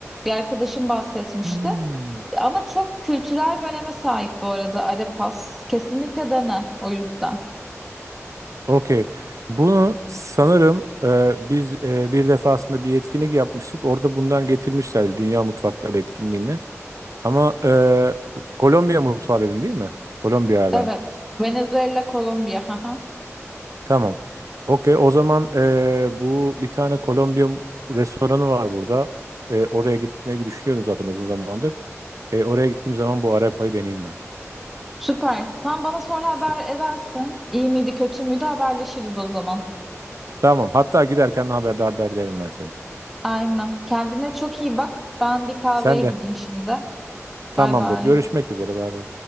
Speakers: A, in the centre; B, on the right.
A: Bir arkadaşım bahsetmişti.
B: Hmm.
A: Ama çok kültürel bir öneme sahip bu arada arepas. Kesinlikle dene o yüzden.
B: Okey. Bunu sanırım e, biz e, bir defasında bir etkinlik yapmıştık. Orada bundan getirmişlerdi Dünya Mutfakları etkinliğini. Ama e, Kolombiya mutfağı dedin değil mi? Kolombiya'dan.
A: Evet, Venezuela, Kolombiya. <laughs> haha.
B: Tamam. Okey. O zaman eee, bu bir tane Kolombiya restoranı var burada. Eee, oraya gitmeyi düşünüyordum zaten uzun zamandır. E, oraya gittiğim zaman bu arepayı deneyeyim ben.
A: Süper. Sen bana sonra haber
B: Süper.
A: edersin. İyi miydi, kötü müydü haberleşiriz o zaman.
B: Tamam. Hatta giderken haberdar da ederim ben seni.
A: Aynen. Kendine çok iyi bak. Ben bir kahveye
B: Sen
A: gideyim
B: de.
A: şimdi.
B: Tamamdır.
A: Bay bay.
B: Görüşmek üzere. Bay bay.